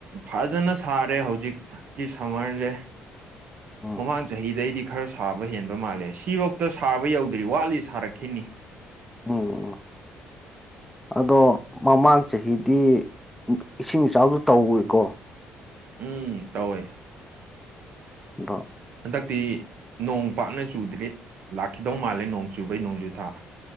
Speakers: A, on the right; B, in the centre.
A: ꯐꯖꯅ ꯁꯥꯔꯦ ꯍꯧꯖꯤꯛꯀꯤ ꯁꯝꯃꯔꯁꯦ
B: ꯎꯝ
A: ꯃꯃꯥꯡ ꯆꯍꯤꯗꯩꯗꯤ ꯈꯔ ꯁꯥꯕ ꯍꯦꯟꯕ ꯃꯥꯜꯂꯦ ꯁꯤꯐꯧꯇ ꯁꯥꯕ ꯌꯧꯗ꯭ꯔꯤ ꯋꯥꯠꯂꯤ ꯁꯥꯔꯛꯈꯤꯅꯤ
B: ꯎꯝ ꯑꯗꯣ ꯃꯃꯥꯡ ꯆꯍꯤꯗꯤ ꯏꯁꯤꯡ ꯏꯆꯥꯎꯁꯨ ꯇꯧꯏꯀꯣ
A: ꯎꯝ ꯇꯧꯋꯦ
B: ꯗ
A: ꯍꯗꯥꯛꯇ ꯅꯣꯡ ꯄꯥꯛꯅ ꯆꯨꯗ꯭ꯔꯤ ꯂꯥꯛꯈꯤꯗꯧ ꯃꯥꯜꯂꯦ ꯅꯣꯡ ꯆꯨꯕꯩ ꯅꯣꯡꯖꯨ ꯊꯥ